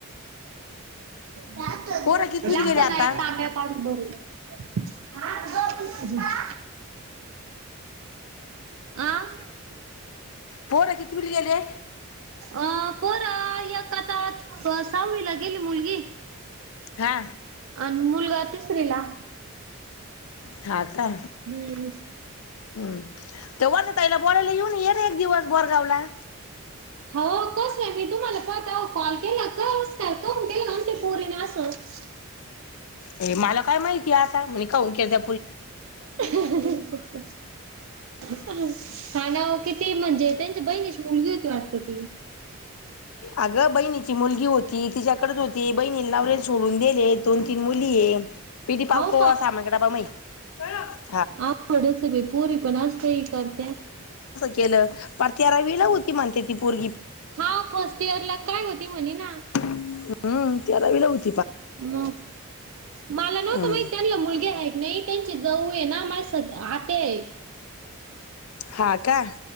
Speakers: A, on the right; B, on the left.
A: जास्त देऊ
B: पोरं कितवीला
A: जास्त
B: गेले आता
A: नाही तांब्या काडून भरून दे. हा हा आं
B: फोर कितवीला गेले?
A: अ पोर ही आता ता सहावीला गेली मुलगी
B: हा
A: अन मुलगा तिसरी ला
B: हा का
A: <unintelligible>
B: हम्म तेवाच्या ताईला बोलायला घेऊन ये रे एक दिवस बोरगाव ला
A: हाव कस नाही मी तुम्हाला पाच दहा कॉल केला का केल पोरिनी अस -
B: ये मला काय माहिती आत काय माहित काऊंन केलत्या
A: हहहह <inaudible> <inaudible> सांग ओ किती म्हणजे त्त्यांच्या बहिणीची मुलगी होती वाट ती
B: आग बहिणीची मुलगी होती तीझ्या कारत होती बहीनीला लावलेले सोडून दिले दोन तीन मुली ये किती पाव
A: हाव
B: पाव अस् तय व्हय ओ
A: अवघड च आहे बाई पोरी पण अस काय करत्यात?
B: केल पार तेरा वीला हुती म्हणत्यात ती पोरगी
A: हा फर्स्ट इयर ला काय होती म्हणी ना.
B: हम्म हम्म तेरा वीला हुती
A: अम्म <inaudible> मला नव्हत
B: हम्म
A: माहीत त्यांना मुलगी आहे. मी त्यांची जाऊ आहे ना माय सद आत ते
B: हा, का?